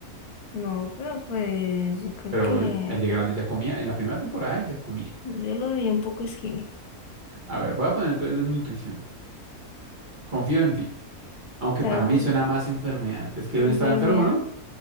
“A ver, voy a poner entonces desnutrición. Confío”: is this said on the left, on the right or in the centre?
Right